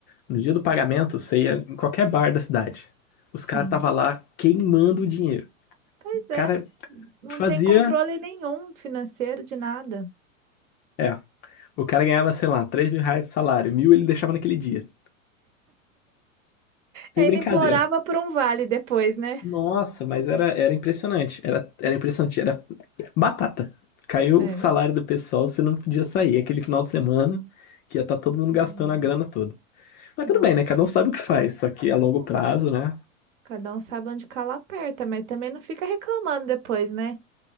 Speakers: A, on the left; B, on the right.
A: no dia do pagamento, você ia em qualquer bar da cidade. Os
B: Sim.
A: caras estavam lá queimando o dinheiro.
B: Pois
A: O
B: é.
A: cara
B: Não
A: fazia.
B: tem controle nenhum financeiro de nada.
A: É. O cara ganhava, sei lá, 3 mil reais de salário. Mil ele deixava naquele dia. Sem
B: E ainda
A: brincadeira.
B: implorava por um vale depois, né?
A: Nossa, mas era, era impressionante. Era, era impressionante. Era batata. Caiu
B: É.
A: o salário do pessoal, você não podia sair. Aquele final de semana que ia estar todo mundo
B: Senhor.
A: gastando a grana toda. Mas
B: Nossa.
A: tudo bem, né? Cada um sabe o que faz. Só que a longo
B: É.
A: prazo, né?
B: Cada um sabe onde cala aperta, mas também não fica reclamando depois, né?